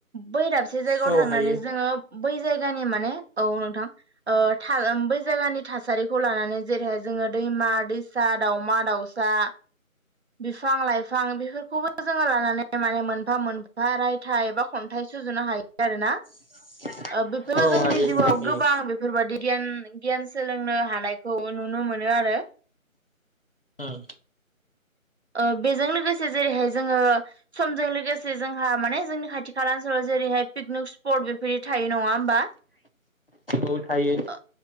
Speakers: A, on the right; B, on the left.
A: बै दाबसे जायगायाव
B: औ
A: थांनानै
B: हायो
A: जोङो बै जायगानि माने औ नोंथां ओ बै जायगानि थासारि खौ लानानै जेरैहाय जोङो दैमा दैसा दाउमा दाउसा। बिफां लाइफां बेफोरखौबो जोङो लानानै माने मोनफा मोनफा रायथाइ एबा खन्थाइ। सुजुनो हायो आरो ना।
B: <unintelligible>
A: ओ बेफोरो
B: औ
A: जोंनि
B: हायो
A: जिउआव
B: नोंथां हायो
A: गोबां बेफोरबादि गियान गियान सोलोंनो हानाय। नायखौ नुनो मोनो आरो।
B: ओं।
A: ओ बेजों लोगोसे जेरैहाय जोङो समजों लोगोसे जोंहा माने जोंनि खाथि खाला ओनसोलाव जेरैहाय पिकनिक स्पट बेफोरदि थायो। नङा होमबा
B: औ थायो
A: ओ